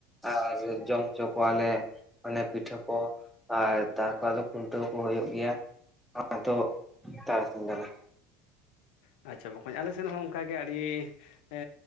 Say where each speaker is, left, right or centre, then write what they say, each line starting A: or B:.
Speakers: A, in the centre; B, on the left.
A: ᱟᱨ ᱡᱚᱢ ᱦᱚᱪᱚ ᱠᱚᱣᱟ ᱞᱮ ᱾ ᱢᱟᱱᱮ, ᱯᱤᱴᱷᱟᱹ ᱠᱚ, ᱟᱨ ᱛᱟᱨᱯᱚᱨ ᱠᱷᱩᱱᱴᱟᱹᱣ ᱠᱚ, ᱦᱩᱭᱩᱜ ᱜᱮᱭᱟ ᱾ ᱟᱫᱚ, ᱛᱟᱨ, ᱥᱚᱝ ᱜᱮᱞᱮ
B: ᱟᱪᱪᱷᱟ, ᱵᱚᱠᱚᱧ ᱟᱞᱮ ᱥᱮᱱ ᱦᱚᱸ, ᱚᱱᱠᱟᱜ ᱜᱮ, ᱟᱹᱰᱤ ᱮᱼ